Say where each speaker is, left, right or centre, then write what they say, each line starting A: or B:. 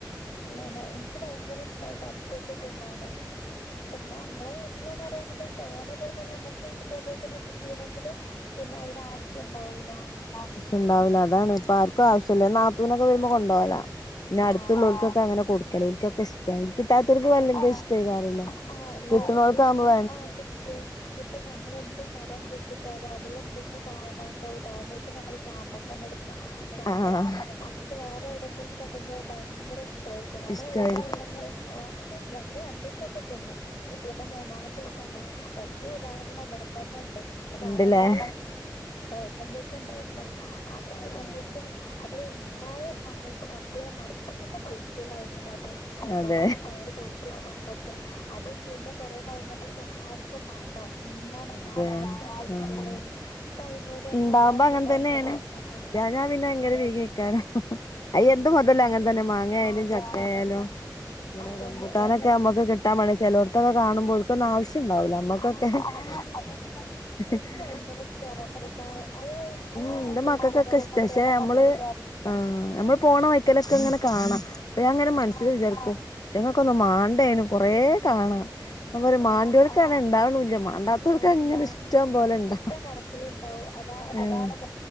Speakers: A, on the left; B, on the left.
A: ഇങ്ങനെ. ഇൻക്ക് ഭയങ്കര ഇഷ്ടാ അത് പച്ചക്ക് തിന്നാന്. പിന്നെ അമ്മളെ വീട്ടില്ന്ന് റയാ പിന്നെ തോനെ തേ പോലെ അമക്കും ഇതേപോലെ തന്നെ കിട്ടീണെങ്കി ല് പിന്നെ അയ്ന് ആവശ്യം ണ്ടാവൂല.
B: ആവശ്യണ്ടാവൂല. അതാണ് ഇപ്പ ആർക്കും ആവശ്യല്ല. നാത്തൂനൊക്കെ വര്മ്പോ കൊണ്ടോവലാ. പിന്നെ അര്ത്ത്ള്ളോൽക്ക്
A: ആഹ്
B: അങ്ങനെ കൊടുക്കല്. ഓൽക്കൊക്കെ ഇഷ്ടാ. കിട്ടാത്തോർക്ക്
A: ആഹ്
B: അല്ലെങ്കിലും ഇഷ്ടയ്ക്കാരല്ലോ
A: ആഹ് അല്ലേലും
B: കിട്ട്ണോൽക്കാവ്മ്പം
A: കി- കിട്ടും ഇപ്പൊ നമ്മളെന്ത് മരം കുഴിച്ചിട്ടാലും അതിലെന്തെങ്കിലും കായ ണ്ടാവും ഇപ്പം ഉദാഹരണം ഇപ്പ ഞമ്മള് ചാമ്പക്കഞ്ഞട്ക്ക ചാമ്പക്ക
B: ആഹ്
A: നമ്മക്ക് വേറെവിടെങ്കിലൊക്കെ ഇണ്ടെങ്കി ഭയങ്കര ഇഷ് ടായിരിക്കും. ഞമ്മള
B: ഇഷ്ടായിരിക്കും
A: വീട്ടിലിണ്ടങ്കില് ആ നമ്മടെ രണ്ടുസൊക്കെ തിന്നും പിന്നെ മൂന്നാമത്തീസം ണ്ടാ ഏറ്റുദാഹരണം ഇവിടെ തന്നെണ്ട് കാരണം
B: ഉണ്ട്
A: ഇവിടൊരു
B: ഞാനവിടെ
A: പ്രേശംപൂട്ട്ണ്ടായ്രുന്നു ആ പ്രാശേം
B: അതെ
A: പൂ ട്ട്ന് അത് ഇണ്ടായ സമയത്ത് റബ്ബേ മര്ത്തുമ്മെന്ന് കുൽക്കലായിരുന്നു അത്.
B: അതെ
A: വടി ഇട്ത്താണ്ടും തോട്ടി ഇട്ത്താണ്ടൊക്കെ അതും പിന്നെ കൊറെ കഴിഞ്ഞൻ്റെശം ആർക്കു മാണ്ട അങ്ങനെല്ലർക്കും
B: അതെ ആഹ്
A: കൊട്ക്കലേന്ന് ഇപ്പ അയിനോട് എല്ലാർക്കും
B: ഇണ്ടാവുമ്പോ അങ്ങനെ
A: ഭയങ്കരിഷ്ടാ
B: തന്നെയാണ് ഇല്ലാഞ്ഞാ പിന്നെ ഭയങ്കര വീഗേക്കാരം അയ് എന്ത് മെതലും അങ്ങൻതന്നെ മാങ്ങയാലും
A: അതന്നെ.
B: ചക്കയാലും ഇവിടെ
A: അതന്നെ.
B: റംമ്പുട്ടാനൊക്കെ മ്മക്ക് കിട്ട ട്ടാ പണ്യ ചെലോട്ത്തൊക്കെ കാണുമ്പൊ ഓൽക്കൊന്നു ആവശ്യണ്ടാവൂല അമ്മക്കൊക്കെ
A: ആ അതന്നെ.
B: ഭയങ്കരിഷ്ട്ടാ
A: എനിക്ക് ഭയങ്കര ഇഷ്ടാ റംബൂട്ടാന്.
B: റംബൂട്ടാന്
A: അത്
B: ഉം
A: മരം
B: ന്റെ
A: കുഴിച്ചിടണംന്നൊക്കെ
B: മക്കക്കൊക്കെ ഇഷ്ടാ ശെ
A: വിചാരിച്ചു.
B: മ്മള് ആഹ് നമ്മള് പോണ വൈക്കലൊക്കെങ്ങനെ കാണാ അപ്പ ഞാങ്ങനെ മൻസ്സില്
A: ആഹ്.
B: വിചാരിക്കും ഇറ്റങ്ങക്കൊന്നും മാണ്ടേയ്നു കൊറേ കാണാ ഞാ പറിയ മാണ്ടിയോല്
A: ആഹ്.
B: ക്കങ്ങന ഇണ്ടാവ്ണുല്ല മാണ്ടാ ത്തോൽക്ക്
A: ആഹ്.
B: അങ്ങനെ ഇഷ്ടം പോലെ ഇണ്ടാ
A: ഇഷ്ടം കണക്കിലുണ്ടാവും. കുഴപ്പം.
B: അതാണ്